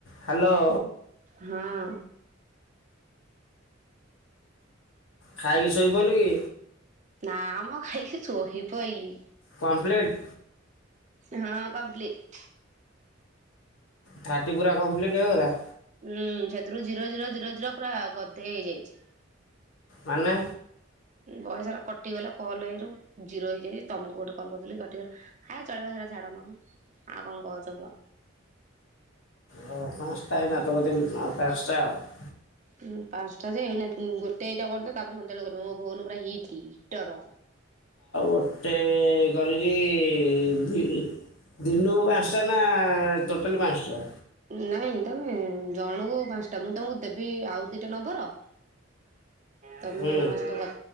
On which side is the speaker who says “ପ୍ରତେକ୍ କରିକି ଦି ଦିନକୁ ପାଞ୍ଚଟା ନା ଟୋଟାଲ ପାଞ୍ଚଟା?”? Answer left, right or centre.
Left